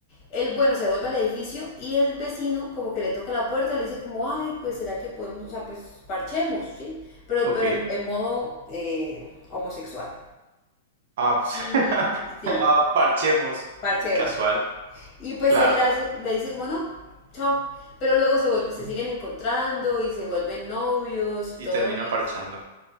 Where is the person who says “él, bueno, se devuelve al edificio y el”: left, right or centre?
Left